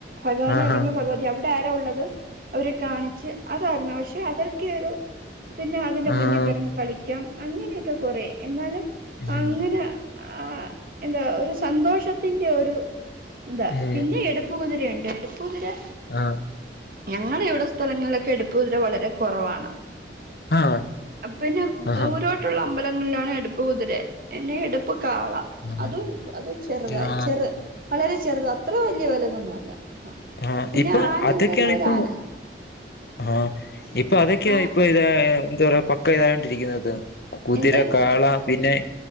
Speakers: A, on the right (about 50°); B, on the left (about 60°).
A: ഭഗവാനെ
B: ആഹാ
A: അല്ലെങ്കിൽ ഭഗവതി അവിടെ ആരാ ഉള്ളത്? അവരെ കാണിച്ച് അതായിരുന്നു പക്ഷെ അതൊക്കെയൊരു പിന്നെ അതിന്റെ
B: ആഹ്
A: മുന്നിൽ കിടന്ന് കളിക്കാം അങ്ങനെയൊക്കെ കൊറേ എന്നാലും
B: ഉം
A: അങ്ങനാ ആ എന്താ ഒരു സന്തോഷത്തിന്റെ ഒരു എന്താ
B: ഉം
A: പിന്നെ എട് - പ്പുതിരണ്ട് എടുപ്പുതിരാ.
B: ആഹ്
A: ഞങ്ങടെ ഇവിടെ സ്ഥലങ്ങളിലൊക്കെ എടുപ്പ് കുതിര വളരെ കുറവാണ്.
B: ആഹ്
A: അപിന്നെ
B: ആഹാ
A: ദൂരോട്ട് - ട്ടുള്ള അമ്പലങ്ങലിലാണ് എടുപ്പ് കുതിര പിന്നെ എടുപ്പ് കാള.
B: ആഹ്
A: അതും അത് ചെറുതായി
B: ആഹ്
A: ചെറ വളരെ ചെറുത അത്ര വലിയ വലുതൊന്നുല്ല. ആ
B: ആഹ്
A: പിന്നെ
B: ഇപ്പൊ
A: ആന
B: അതൊക്കെയാണ്
A: എന്തായാലും ഒരാന
B: ഇപ്പൊ
A: കാണും.
B: ആഹ് ഇപ്പൊ അതൊക്കെയ
A: ആ
B: ഇപ്പൊ ഇതാ ന്താ പറയാ പക്ക ഇതായ്ട്ടിരിക്ക്‌ന്നത്. കുതിര
A: എന്ത്
B: കാള പിന്നെ